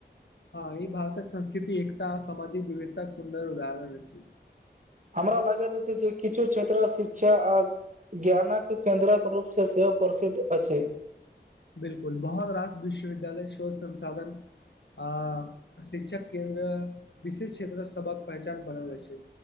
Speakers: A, on the left (about 75°); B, on the right (about 45°).
A: हँ ई भारतक संस्कृति एकटा सामाजिक विविधताक सुन्दर उदाहरण अछि
B: हमरा लागैत अछि जे किछु क्षेत्र शिक्षा आ ज्ञानक केन्द्रक रूपसँ सेहो प्रसिद्ध अछि
A: बिलकुल बहुत रास विश्वविद्यालय शोध संसाधन आ शिक्षा केन्द्र विशेष क्षेत्र सबक पहचान बनल अछि